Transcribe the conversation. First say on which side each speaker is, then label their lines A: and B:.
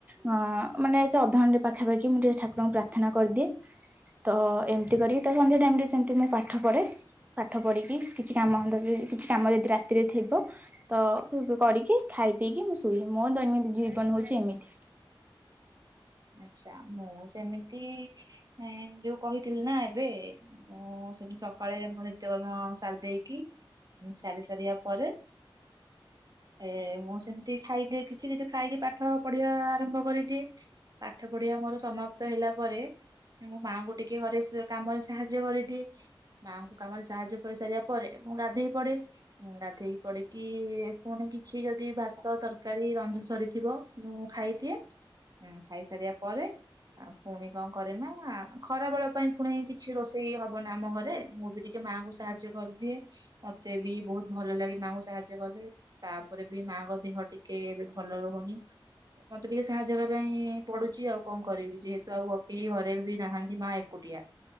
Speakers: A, on the right; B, on the right.
A: ଅଁ ମାନେ ସେ ଅଧଘଣ୍ଟେ ପାଖାପାଖି। କି ମୁଁ ଟିକିଏ ଠାକୁରଙ୍କୁ ପ୍ରାର୍ଥନା କରିଦିଏ। ତ ଏମିତି କରିକି ତ ସନ୍ଧ୍ୟା ଟାଇମରେ ସେମିତି ମୁଁ ପାଠ ପଢେ। ପାଠ ପଢିକି କିଛି କାମ ଯଦି କିଛି କାମ ଯଦି ରାତିରେ ଥିବ ତ କୁ କୁ କରିକି ଖାଇ ପିଇକି ମୁଁ ଶୁଏ ମୋ ଦୈନନ୍ଦିନ ଜୀବନ ହଉଛି ଏମିତି।
B: ଆଚ୍ଛା ମୁଁ ସେମିତି ଏଁ ଯୋଉ କହିଥିଲିନା ଏବେ ମୁଁ ସେମିତି ସବୁ। କଳେ ମୁଁ ନିତ୍ୟକର୍ମ ସାରି ଦେଇେଇକି ସାରି ସାରିବା ପରେ ଏ ମୁଁ ସେମିତି ଖାଇଦିଏ କିଛି କିଛି ଖାଇକି ପାଠ ପଢିବା ଆରମ୍ଭ କରିଦିଏ। ପାଠ ପଢିବା ମୋର ସମାପ୍ତ ହେଲାପରେ ମୋ ମାଆଙ୍କୁ ଟିକିଏ ଘରେ ସେ କାମରେ ସାହାଯ୍ୟ କରେଇଦିଏ। ମାଆଙ୍କୁ କାମରେ ସାହାଯ୍ୟ କରିସାରିବା ପରେ ମୁଁ ଗାଧେଇ ପଡେ। ମୁଁ ଗାଧୋଇକି ପଡିକି ପୁଣି କିଛି ଯଦି ଭାତ ତରକାରୀ ରନ୍ଧା ସରିଥିବ। ମୁଁ ଖାଇଦିଏ। ଏଁ ଖାଇସାରିବା ପରେ ଆଉ ପୁଣି କଣ କରେନା ଖରାବେଳ ପାଇଁ ପୁଣି କିଛି ରୋଷେଇ ହବନା ଆମଘରେ ମୁଁବି ଟିକେ ମାଙ୍କୁ ସାହାଯ୍ୟ କରିଦିଏ ମତେ ବି ବହୁତ ଭଲ ଲାଗେ ତାଙ୍କୁ ସାହାଯ୍ୟ କଲେ। ତାପରେ ବି ମାଙ୍କ ଦେହ ଟିକେ ଏବେ ଭଲ ରହୁନି ମତେ ଟିକେ ସାହାଯ୍ୟ ସେଥପାଇଁ ପଢୁଛି ଆଉ କଣ କରିବି ଯେହେତୁ ଆଉ କେହି ଘରେବି ନାହାନ୍ତି ମା ଏକୁଟିଆ।